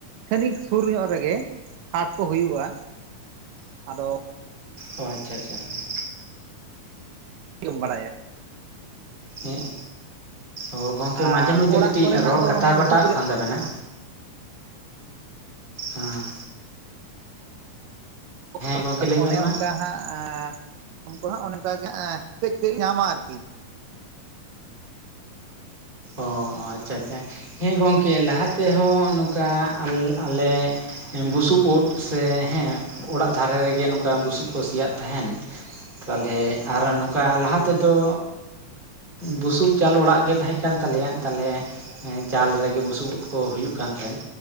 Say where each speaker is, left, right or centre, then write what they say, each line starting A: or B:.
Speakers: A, on the right; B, on the right.
A: ᱠᱷᱟᱹᱱᱤᱠ ᱥᱩᱨ ᱧᱚᱜ ᱨᱮᱜᱮ ᱦᱟᱴ ᱠᱚ ᱦᱩᱭᱩᱜᱼᱟ ᱟᱫᱚ
B: ᱚ ᱟᱪᱪᱷᱟ ᱟᱪᱪᱷᱟ ᱦᱮᱸ।
A: <unintelligible> ᱵᱟᱲᱟᱭᱟ।
B: ᱮᱜ ᱚ ᱜᱚᱝᱠᱮ
A: ᱟᱨ
B: ᱢᱟᱡᱷᱮ ᱢᱚᱫᱽᱫᱷᱮ
A: ᱚᱲᱟᱜ
B: ᱠᱟᱹᱴᱤᱡ
A: ᱠᱚᱨᱮᱱᱟᱜ
B: ᱨᱚᱲ
A: ᱫᱚ
B: ᱠᱟᱴᱟᱣ
A: ᱚᱱᱮ
B: ᱠᱟᱴᱟᱜ
A: ᱵᱩᱥᱩᱵ ᱨᱮ
B: ᱠᱟᱱ ᱛᱟᱵᱮᱱᱟ। ᱟᱸ
A: ᱦᱳᱭ
B: ᱜᱚᱢᱠᱮ ᱞᱟᱹᱭ
A: ᱚᱱᱮ
B: ᱵᱮᱱ ᱢᱟ
A: ᱚᱱᱠᱟ ᱦᱟᱸᱜ-ᱟ ᱩᱫᱽ ᱠᱚ ᱦᱟᱜ ᱚᱱᱮ ᱚᱱᱠᱟ ᱜᱮ ᱦᱟᱜ ᱮ ᱠᱟᱹᱡ ᱠᱟᱹᱡ ᱧᱟᱢᱟ ᱟᱨᱠᱤ।
B: ᱚ ᱟᱪᱪᱷᱟ ᱟᱪᱪᱷᱟ, ᱦᱮᱸ ᱜᱚᱝᱠᱮ ᱞᱟᱦᱟ ᱛᱮᱦᱚᱸ ᱱᱚᱝᱠᱟ ᱟᱞᱮ ᱟᱞᱮ ᱵᱩᱥᱩᱵ ᱩᱫ ᱥᱮ ᱦᱮᱸ ᱚᱲᱟᱜ ᱫᱷᱟᱨᱮ ᱨᱮ ᱜᱮ ᱱᱚᱝᱠᱟ ᱵᱩᱥᱩᱵ ᱠᱚ ᱥᱮᱭᱟᱜ ᱛᱟᱦᱮᱱ। ᱛᱟᱦᱚᱞᱮ ᱟᱨ ᱱᱚᱝᱠᱟ ᱞᱟᱦᱟ ᱛᱮ ᱫᱚ ᱵᱩᱥᱩᱵ ᱪᱟᱞ ᱚᱲᱟᱜ ᱜᱮ ᱛᱟᱸᱦᱮᱡᱼᱼ ᱠᱟᱱ ᱛᱟᱞᱮᱭᱟ ᱛᱟᱦᱚᱞᱮ ᱪᱟᱞ ᱨᱮ ᱜᱮ ᱵᱩᱥᱩᱵ ᱩᱫᱽ ᱠᱚ ᱦᱩᱭᱩᱜ ᱠᱟᱱ ᱛᱟᱸᱦᱮᱱ।